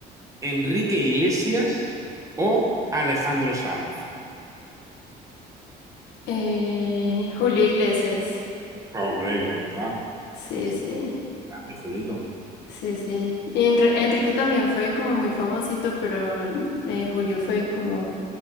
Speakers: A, on the right (about 20°); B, on the left (about 80°).
A: Enrique Iglesias o Alejandro Sanz?
B: Eh, Julio Iglesias.
A: Hombre, claro está.
B: Sí,
A: Por supuesto,
B: sí.
A: grande Julito.
B: Sí, sí. Y Enri- Enrique también fue como muy famosito, pero eh, Julio fue como